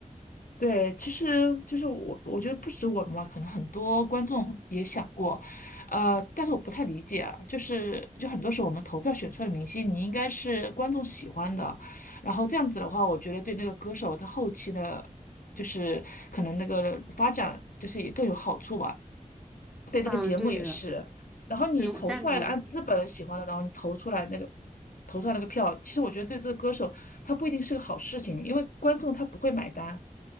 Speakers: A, on the left; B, in the centre.
A: 对，其实就是我，我觉得不止我们嘛，可能很多观众也想过，呃，但是我不太理解啊，就是就很多时候我们投票选出来的明星，你应该是观众喜欢的，然后这样子的话，我觉得对那个歌手他后期的，就是可能那个发展就是也更有好处吧。对，这个节目也是。
B: 嗯，对的，
A: 然后你投出来的，
B: 嗯，我赞同。
A: 按资本喜欢的，然后你投出来那个，投出来那个票，其实我觉得对这个歌手，他不一定是个好事情，因为观众他不会买单。